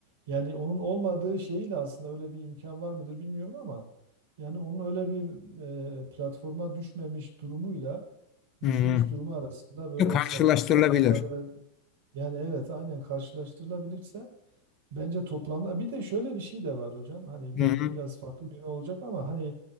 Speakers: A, on the right (about 60°); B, on the left (about 35°).
A: Yani onun olmadığı şeyle aslında öyle bir imkan var mıdır bilmiyorum ama yani onun öyle bir e, platforma düşmemiş durumuyla düşmüş
B: Hı hı.
A: durumu arasında böyle
B: Karşılaştırılabilir.
A: satış rakamları ve yani evet aynen karşılaştırılabilirse Bence toplamda bir de şöyle bir şey de var hocam. Hani
B: Hı
A: belki
B: hı.
A: biraz farklı bir yönü olacak ama hani